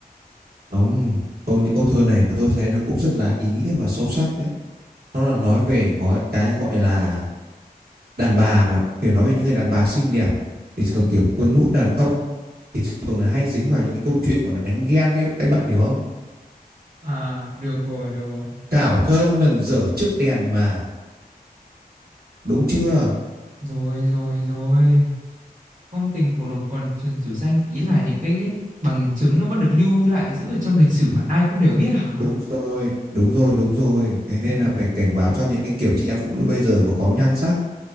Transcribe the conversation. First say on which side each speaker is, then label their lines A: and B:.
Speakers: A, on the right (about 70°); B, on the right (about 55°).
A: Không, câu những câu thơ này nó tôi thấy nó cũng rất là ý nghĩa và sâu sắc đấy. Nó là nói về gói cái gọi là đàn bà mà kiểu nói về những người đàn bà xinh đẹp ấy, thì thường kiểu cuốn hút đàn ông thường là hay dính vào những cái câu chuyện gọi là đánh ghen ấy anh bạn hiểu không
B: À, được rồi, được rồi.
A: cảo thơm nần dở trước đèn mà đúng chưa
B: Rồi, rồi, rồi. Phong tình cổ lục còn truyền sử xanh, ý là những cái bằng chứng nó vẫn được lưu lại giữ ở trong lịch sử mà ai cũng đều biết hả?
A: đúng rồi đúng rồi đúng rồi thế nên
B: À,
A: là phải cảnh báo cho những cái kiểu chị em phụ nữ bây giờ mà có nhan sắc